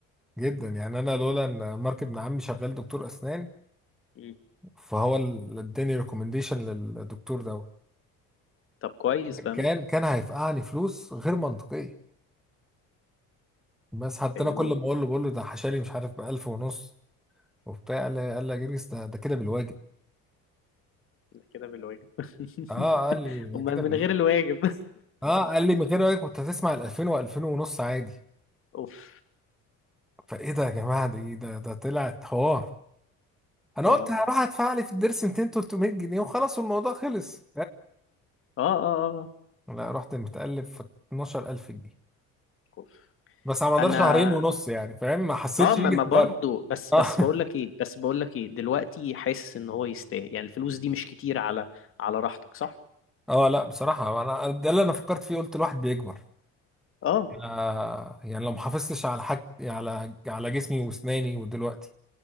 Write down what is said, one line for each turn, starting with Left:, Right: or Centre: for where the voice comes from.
Centre: جدا يعني انا لولا ان مارك ابن عمي شغال دكتور اسنان
Left: مم.
Centre: فهو اللي اداني ريكومنديشن للدكتور دوت
Left: طب كويس بقى
Centre: كان
Left: منه
Centre: كان هيفقعني فلوس غير منطقيه بس حتى
Left: ايوه
Centre: انا كل ما اقول له بقول له ده حشالي مش عارف ب 1000 ونص وبتاع قال لي قال لي يا جريس ده ده كده بالواجب
Left: ده كده بالواجب <laughs>
Centre: اه قال لي
Left: امال
Centre: ده كده
Left: من
Centre: بالواجب
Left: غير الواجب
Centre: اه قال لي من غير واجب كنت هتسمع ال 2000 و2000 ونص عادي
Left: <laughs> اوف
Centre: فايه ده يا جماعه ده ايه ده ده طلعت حوار انا
Left: اه
Centre: قلت هروح ادفع لي في الدرس 200 300 جنيه وخلاص الموضوع خلص
Left: اه اه اه
Centre: انا رحت متقلب في 12000 جنيه
Left: اوف
Centre: بس على مدار
Left: انا
Centre: شهرين ونص يعني فاهم ما حسيتش
Left: اه ما
Centre: بيه
Left: ما برضو
Centre: بره
Left: بس
Centre: اه
Left: بس بقول لك ايه بس بقول لك ايه دلوقتي حاسس ان هو يستاهل يعني الفلوس دي مش كتير على على راحتك صح
Centre: <laughs> اه لا بصراحه انا ده اللي انا فكرت فيه قلت الواحد بيكبر
Left: اه
Centre: آه يعني لو ما حافظتش على حاج على على جسمي واسناني ودلوقتي